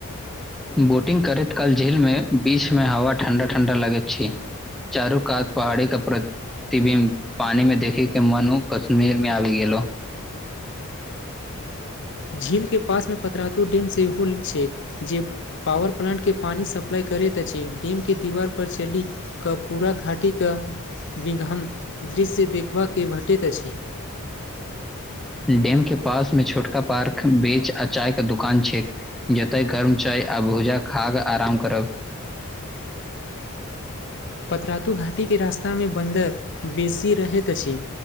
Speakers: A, in the centre; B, on the left.
A: बोटिंग करैत काल झील मे बीच मे हवा ठण्डा ठण्डा लगैत छै। चारू कात पहाड़े के प्ररत। ति भी पानी में देखै के मन उ कश्मीर में आबि गेलो।
B: झील के पास मे पतरातू डैम से होल छै जे। पॉावर प्लांट के पानी सप्लाई करैत अछि डेम के दीवार पर चली। के पूरा घाटी के विघम दृश्य देखबबाक भेटैत अछि।
A: डेम के पास में छोटका पार्क बेच आ चाय का दुकान छै। जतय गर्म चाय आ भूजा खााकऽ आराम करब।
B: पतरातू घाटी के रास्ता मे बन्दर बेसी रहैत अछि।